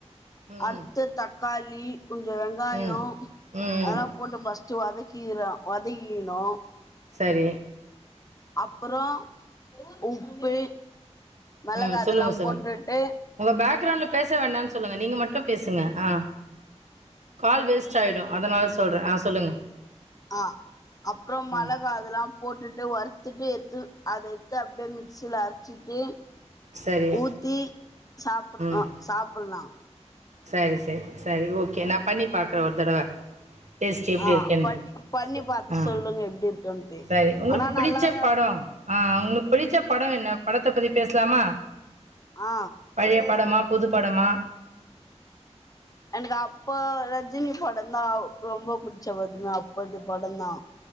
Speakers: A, on the right (about 80°); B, on the left (about 30°).
A: ம்
B: அர்த்த தக்காளி உ <unintelligible> கொஞ்ச வெங்காயோ
A: ம் ம்
B: அதெல்லா போட்டு ஃபஸ் வதிக்கிகிறோ வதிக்கிகினோ
A: சரி
B: அப்பறோ உப்பு மிளகா
A: ம்
B: அதெல்லா
A: சொல்லுங்க சொல்லுங்க
B: போட்டுட்டு
A: உங்க பேக்ரவுண்ட்ல பேச வேணாணு சொல்லுங்க நீங்க மட்டு பேசுங்க ஆ கால் வேஸ்ட் ஆயிடு அதனால சொல்றே ஆ சொ சொல்லுங்க
B: அ அப்றோ மெளகா
A: ம்
B: அதெல்லா போட்டுட்டு வறுத்துட்டு எட்து அத எட்த்து அப்படியே மிக்சில அரச்சிட்டு
A: சரி
B: ஊத்தி சாப்பிட்ற
A: ம்
B: ஆ சாப்புலா
A: சரி சரி சரி ஓகே நா பண்ணி பாக்குறே ஒரு தடவ டேஸ்ட் எப்படி
B: ஆ
A: இருக்குன்னு
B: பண் பண்ணி பாத்து
A: ஆ
B: சொல்லுங்க எப்டி இருக்குன்ட்டு
A: சரி உங்களுக்கு
B: ஆனா
A: பிடிச்ச
B: நல்லாதா
A: படோ
B: இருக்கு
A: ஆ உங்களுக்கு பிடிச்ச படோ என்ன படத்த பத்தி பேசலாமா
B: ஆ
A: பழைய படமா பொதுப்படமா
B: எனக்கு அப்போ ரஜினி படந்தா ரொம்ப புடிச்ச வரும அப்பத்தி பட தா